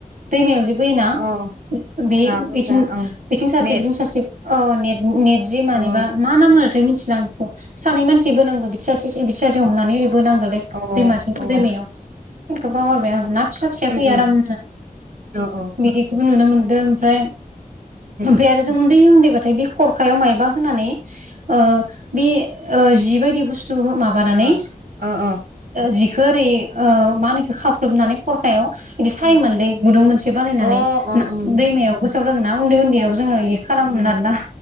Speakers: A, on the right (about 65°); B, on the right (about 85°).
A: दैमायाव जि बोयोना
B: अ
A: बे
B: ना बोग्रा
A: बिथिं
B: औ
A: बिथिं सासे
B: नेट
A: बिथिं सासे ने नेट जि मानिबा
B: औ
A: मा ना मोनोथाय मिथिलां बेखौ सानै मानसि बोनांगौ बिथिं सासे बिथिं सासे हमनानै बोनांगौलै
B: अ
A: दैमाजों
B: अ
A: दैमायाव बेखौ बावरबाय आं ना फिसा फिसा
B: उम
A: फैयो आरामनो
B: उम अ अ
A: बिदिखौबो नुनो मोनदों ओमफ्राय
B: उम
A: ओमफ्राय आरो जों उन्दै उन्दैबाथाय बे खरखायाव माइब बा होनानै ओ बे ओ जि बादि बुस थु माबानानै
B: अ अ अ
A: जि खो ओरै मा होनोखौ खावख्लुबनानै खरखायाव बिदि सायो
B: उम
A: मोनलै गुदुं मोनसे बानायनानै
B: अ अ उम
A: दैमायाव गोसोआव दङोना उन्दै उन्दैयाव जोङो इ खालामोमोन
B: उम
A: आरोना